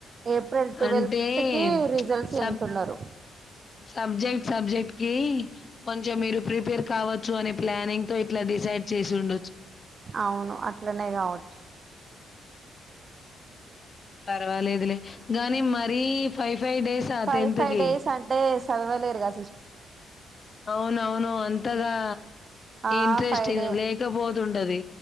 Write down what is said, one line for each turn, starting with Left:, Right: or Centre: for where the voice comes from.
Right: ఏప్రిల్ ట్వెల్త్
Left: అంటే
Right: కి రిజల్ట్స్
Left: ప్చ్ సబ్
Right: అంటున్నారు
Left: సబ్జెక్ట్ సబ్జెక్ట్ కి. కొంచెం మీరు ప్రిపేర్ కావచ్చు అనే ప్లానింగ్ తో ఇట్లా డిసైడ్. చేసి ఉండొచ్చు
Right: అవును అట్లనే కావచ్చు.
Left: పర్వాలేదులే గానీ మరీ ఫైవ్ ఫైవ్ డేసా
Right: ఫైవ్
Left: టెన్త్
Right: ఫైవ్
Left: కి.
Right: డేస్ అంటే చదవలేరుగా
Left: అవునవును. అంతగా
Right: ఆహ్
Left: ఇంట్రెస్ట్
Right: ఫైవ్ డేస్
Left: లేకపోతుంటది